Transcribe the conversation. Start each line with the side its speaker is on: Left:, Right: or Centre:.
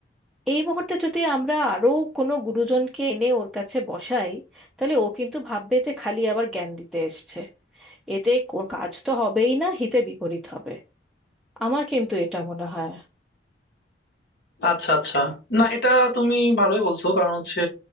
Centre: এই মুহূর্তে যদি আমরা আরো কোনো গুরুজনকে এনে ওর কাছে বসাই তাহলে ও কিন্তু ভাববে যে খালি আবার জ্ঞান দিতে এসছে এতে কো- কাজ তো হবেই না হিতে বিপরীত হবে আমার কিন্তু এটা মনে হয়
Left: আচ্ছা আচ্ছা না এটা তুমি ভালোই বলছো কারণ হচ্ছে